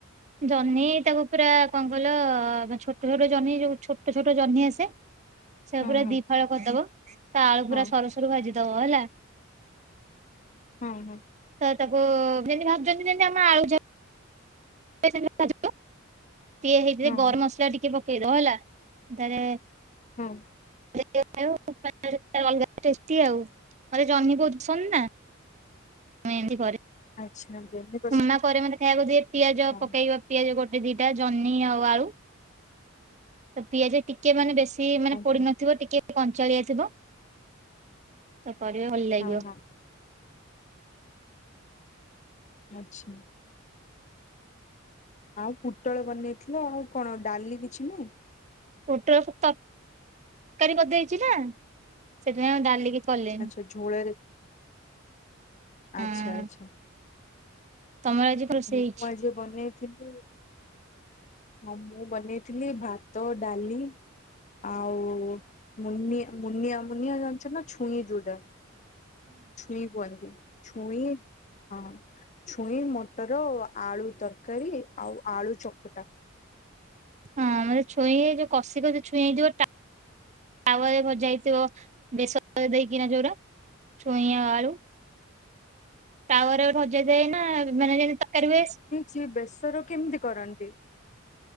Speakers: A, on the right; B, on the left.
A: ଜହ୍ନି ତାକୁ ପୁରା କଣ କହିଲ ଛୋଟ ଛୋଟ ଜହ୍ନି ଯୋଉ ଛୋଟ ଛୋଟ ଜହ୍ନି ଆସେ? ସେ
B: ହଁ
A: ପୁରା
B: ହଁ
A: ଦି ଫାଳ କରିଦବ ତା ଆଳୁ
B: ହଁ
A: ପୁରା ସରସରୁ ଭାଜି ଦବ ହେଲା।
B: ହଁ ହଁ।
A: ତ ତାକୁ ଯେମିତି ଭାବୁଛନ୍ତି ଯେମିତି ଆମ ଆଳୁ ଯେମି ସେମିତି ଭାଜିବ ସିଏ ହେଇ
B: ହଁ
A: ଗରମ
B: ହଁ
A: ମସଲା ଟିକେ ପକେଇବ ହେଲା। ତାରେ
B: ହଁ
A: <unintelligible> ଟେଷ୍ଟି ଆଉ ମତେ ଜହ୍ନି ବହୁତ୍ ପସନ୍ଦ ନା। ମୁଁ ଏମିତି କରି
B: ଆଚ୍ଛା <unintelligible>
A: ମାମା କରେ ମତେ ଖାଇବାକୁ ଦିଏ ପିଆଜ
B: ହଁ
A: ପକେଇବ। ପିଆଜ ଗୋଟେ ଦିଟା ଜହ୍ନି ଆଉ ଆଳୁ ତ ପିଆଜ ଟିକେ ଟିକେ ମାନେ ବେଶୀ ମାନେ
B: ଆଜ୍ଞା
A: ପୋଡ଼ି ନଥିବ ଟିକେ କଞ୍ଚାଳିଆ ଥିବ ତ କରିବ ଭଲ ଲାଗିବ।
B: ହଁ ହଁ ଆଚ୍ଛା। ଆଉ ପୋଟଳ ବନେଇଥିଲ ଆଉ କଣ ଡାଲି କିଛି ନାହିଁ?
A: ପୋଟଳ ତ ତରକାରୀ କରିଦେଇଛି ନା ସେଥିପାଇଁ ଆ ଡାଲି କଲିନି
B: ଆଚ୍ଛା ଝୋଳରେ ଆଚ୍ଛା
A: ହଁ
B: ଆଚ୍ଛା।
A: ତମର ଆଜି ରୋଷେଇ
B: ମୁଁ
A: ହେଇଛି
B: ଆଜି ବନେଇଥିଲି ହଁ ମୁଁ ବନେଇଥିଲି ଭାତ, ଡାଲି ଆଉ ମୁନିଆ ମୁନିଆ ମୁନିଆ ଜାଣିଛ ନା? ଛୁଇଁ ଜୋଉଟା ଛୁଇଁ କହନ୍ତି। ଛୁଇଁ ହଁ ଛୁଇଁ ମ ମଟର ଆଳୁ ତରକାରୀ ଆଉ ଆଳୁ ଚକଟା।
A: ହଁ ମାନେ ଛୁଇଁ ହେଇ ଯୋଉ କଷିଟା ଯୋଉ ଛୁଇଁ ହେଇଥିବ ତା ତାୱରେ ଭଜା ହେଇଥିବ ବେସର ଦେଇକିନା ଯଉ ଛୁଇଁ ଆଳୁ। ତାୱାର ଭଜେଇ ଦେଇନା ନା ମାନେ ଯେମିତି ତରକାରୀ ହୁଏ
B: ସିଏ ବେସର କେମିତି କରନ୍ତି?